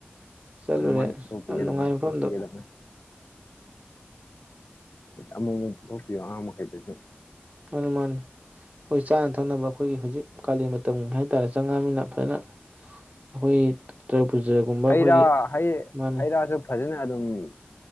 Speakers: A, on the right; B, on the left.
A: ꯆꯠꯂꯨꯔꯦ
B: ꯃꯥꯅ ꯃꯥꯅ ꯄꯨꯊꯣꯛꯄꯤꯒꯗꯕꯅꯤ
A: ꯌꯥꯝ ꯅꯨꯡꯉꯥꯏ ꯃꯐꯝꯗꯨ
B: ꯄꯨꯊꯣꯛꯄꯤꯒꯗꯕꯅꯤ ꯑꯃꯨꯛꯃꯨꯛ ꯄꯨꯊꯣꯛꯄꯤꯌꯣ ꯑꯉꯥꯡ ꯃꯈꯩꯗꯨꯁꯨ
A: ꯃꯥꯅꯤ ꯃꯥꯅꯤ ꯑꯩꯈꯣꯏ ꯆꯥꯅ ꯊꯛꯅꯕ ꯑꯩꯈꯣꯏꯒꯤ ꯍꯧꯖꯤꯛ ꯀꯥꯂꯦꯟ ꯃꯇꯝ ꯍꯥꯏꯇꯥꯔꯦ ꯆꯪꯉꯝꯃꯤꯅ ꯐꯖꯅ ꯑꯩꯈꯣꯏꯒꯤ ꯇ꯭ꯔꯄꯨꯖ ꯒꯨꯝꯕ
B: ꯍꯩ
A: ꯑꯩꯈꯣꯏꯒꯤ
B: ꯔꯥ ꯍꯩ
A: ꯃꯥꯅꯤ
B: ꯍꯩ ꯔꯥꯁꯨ ꯐꯖꯅ ꯑꯗꯨꯝ